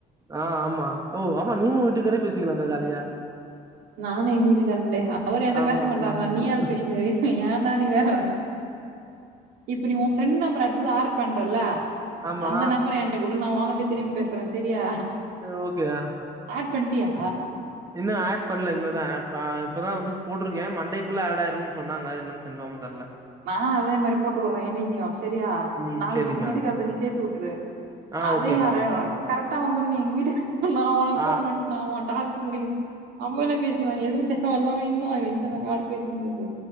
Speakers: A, on the right (about 20°); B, on the right (about 80°).
A: ஆஹ் ஆமா ஓ ஆமா நீங்க வீட்டுக்காரே பேசிக்கலாங்க ஜாலியா
B: நானும் எங்க வீட்டுக்காரன்டே அவர் ஏண்ட
A: ஆமா
B: பேச மாட்டாரா
A: மாத்தி மாத்தி
B: நீயாது பேசனுகரிய ஏடா நீ வேற இப்ப நீ உன் ஃபிரெண்ட் நம்பர் அடுத்தது ஆட் பண்றல
A: ஆமா
B: அந்த நம்பர் என்ட உடு நான் உங்கிட்ட திரும்பி பேசுறேன் சரியா
A: சரி ஓகே யா
B: ஆட் பண்டியா
A: இன்னும் ஆட் பண்ணல இனிமேதான் இதான்ட் இப்பதான் வந்து போட்டுருக்கே மண்டேக்குள்ள ஆட் ஆயிரும்னு சொன்னாங்க இன்னும் கண்பாமா தெரில
B: நான் அதே மாதிரி போட்டு விடுறேன் என்னித்தும் சரியா
A: ம்
B: நாளைக்கு
A: சேரிக்கா
B: எங்க வீட்டுக்காரத நீ சேத்து விட்டுரு
A: ஆ
B: அதையும்
A: ஓகேக்கா
B: நா கரெக்டா வந்துரும் நீ எங்க வீட்டுக்கு நான் உனக்கு
A: ஆ
B: போன் பண்ணி நா உன் டாஸ்க் முடியும் அம்பல பேசிக்கலாம் எதுக்கு தேவவையில்லாம இன்னும் அது வா காடு பேசங்கது